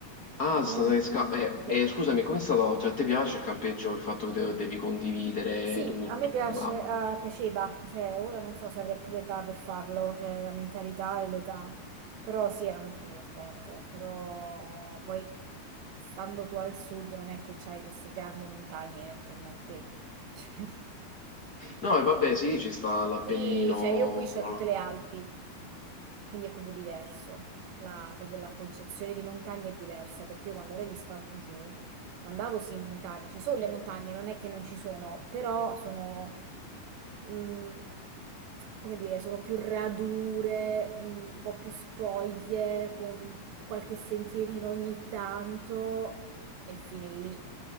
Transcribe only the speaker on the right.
<laughs>
Sì.
Sì,
a me piace,
eh, piaceva, cioè ora non so se avrei più l'età per farlo, cioè la mentalità e l'età, però sì, era molto divertente, però poi stando tu al sud non è che c'hai queste grandi montagne attorno a te, <laughs> Cioè,
qui, cioè io qui c'ho
tutte
le Alpi, quindi è proprio diverso, la, proprio la concezione di montagna è diversa, perché io quando ero agli scout giù andavo sì in montagna, ci sono le montagne, non è che non ci sono, però sono mm, come dire, sono più radure, mm, un po' più spoglie, con qualche sentierino ogni tanto e fine lì.